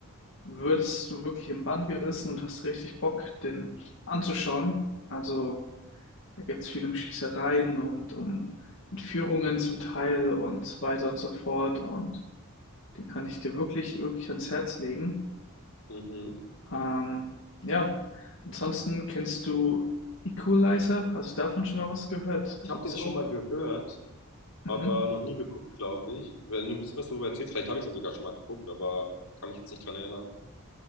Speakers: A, on the left; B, on the left.
A: würdest du wirklich im Bann gerissen und hast richtig Bock, den anzuschauen. Also da geht es viel um Schießereien und um Entführungen zum Teil und so weiter und so fort. Und den kann ich dir wirklich, wirklich ans Herz legen.
B: Mhm.
A: Ähm, ja, ansonsten kennst du Equalizer, also davon schon mal was gehört. Da
B: Ich habe
A: gibt's
B: den schon
A: auch,
B: mal gehört.
A: mhm.
B: aber noch nie geguckt, glaube ich. Wenn du ein bisschen was darüber erzählst, vielleicht habe ich den sogar schon mal geguckt, aber kann mich jetzt nicht dran erinnern.